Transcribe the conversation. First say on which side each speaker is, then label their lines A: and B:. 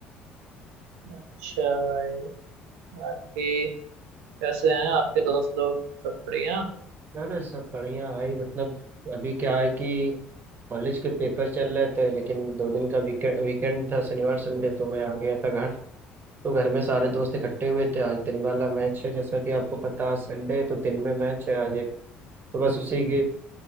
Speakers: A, on the right; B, on the right.
A: अच्छा भाई बाकी कैसे हैं आपके दोस्त लोग सब बढ़िया
B: अरे सब बढ़िया भाई मतलब अभी क्या है कि कॉलेज के पेपर चल रहे थे लेकिन दो दिन का वीकेंड वीकेंड था शनिवार संडे तो मैं आ गया था घर तो घर में सारे दोस्त इकट्ठे हुए थे आज दिन वाला मैच है जैसा कि आपको पता है संडे है तो दिन में मैच है आज एक तो बस उसी के